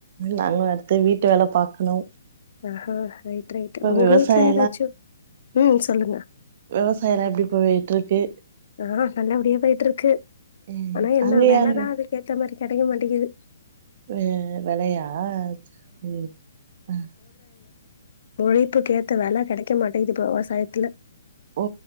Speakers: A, on the right (about 45°); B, on the left (about 60°).
A: நாங்களு அடுத்து வீட்டு வேல பார்க்கணு
B: அ ஆ ரைட்டு ரைட்டு உங்க
A: விவசாய
B: வீட்டுல ஏதாச்சு ம் சொல்லுங்க
A: விவசாயம்லா எப்படி போயிட்டு இருக்கு
B: ஆ நல்லபடியா போயிட்டு இருக்கு
A: ம்
B: ஆனா என்ன
A: அங்க
B: விலதா
A: யாரு
B: அதுக்கு ஏத்த மாரி கிடைக்க மாட்டேங்கிது
A: வே விலையா ம் ஆ
B: உழைப் புக்கு கேத்த வேல கிடைக்க மாட் இது இப்ப விவசாயத்துல
A: ஓ